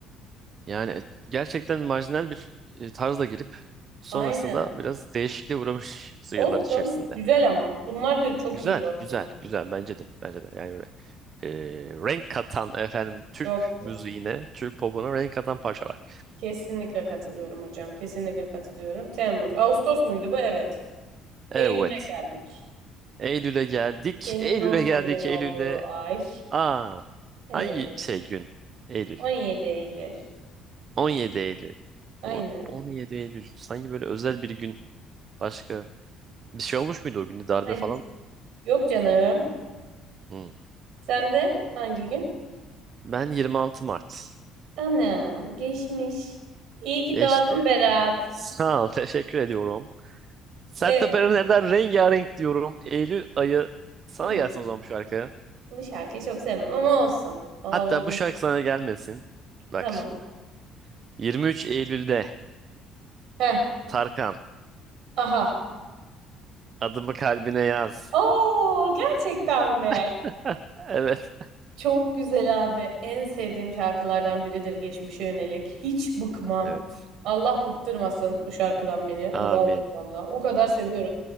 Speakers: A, on the right; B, on the right.
A: Yani e, gerçekten marjinal bir e, tarzla girip sonrasında
B: Aynen.
A: biraz değişikliğe uğramış
B: Olsun.
A: yıllar içerisinde.
B: Güzel ama. Bunlar da çok
A: Güzel,
B: iyi bu arada.
A: güzel, güzel bence de. Bence de. Yani re- e, renk katan efendim Türk
B: Çok güzel.
A: müziğine, Türk popuna renk katan parçalar.
B: Kesinlikle katılıyorum hocam. Kesinlikle katılıyorum. Temmuz. Ağustos muydu bu? Evet.
A: Evet.
B: Eylül'e geldik.
A: Eylül'e geldik.
B: Benim
A: Eylül'e
B: doğum
A: geldik.
B: günümün olduğu
A: Eylül'de
B: ay.
A: aa
B: Evet.
A: hangi şey gün? Eylül.
B: on yedi Eylül.
A: 17 Eylül.
B: Aynen.
A: O- 17 Eylül. Sanki böyle özel bir gün. Başka bir şey olmuş muydu o günde darbe
B: Hayır.
A: falan?
B: Yok canım.
A: Hmm.
B: Sen de hangi gün?
A: Ben 26 Mart.
B: Anam geçmiş. İyi ki
A: Geçti.
B: doğdun Berat.
A: Sağ ol, teşekkür ediyorum. Sertab
B: Evet.
A: Erener'den rengarenk diyorum. Eylül ayı sana
B: Hmm,
A: gelsin o zaman bu şarkı.
B: bu şarkıyı çok sevmem ama olsun. Oldum.
A: Hatta bu şarkı sana gelmesin. Bak
B: Tamam.
A: şimdi. 23 Eylül'de
B: Heh.
A: Tarkan
B: Aha.
A: adımı kalbine yaz.
B: Oo gerçekten mi?
A: <laughs> Evet.
B: Çok güzel abi. En sevdiğim şarkılardan biridir geçmişe yönelik. Hiç bıkmam.
A: Evet.
B: Allah bıktırmasın bu şarkıdan beni.
A: Amin.
B: Dua ediyorum Allah. O kadar seviyorum.